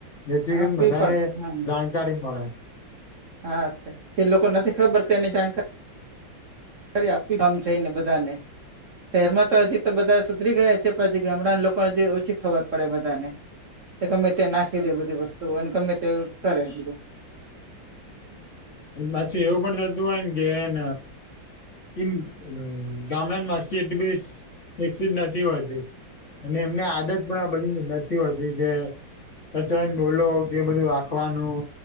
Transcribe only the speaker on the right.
આપવી
પણ હા
હા જે લોકો નથી ખબર તેની જાણકારી કારી આપવી આમ જઈને બધાને, શહેરમાં તો હજી તો બધા સુધરી ગયા છે પણ હજી ગામડા ન લોકોને જે ઓછી ખબર પડે બધા ને. ગમે તે નાખી દે બધી વસ્તુ અને ગમે તે કરે બધું.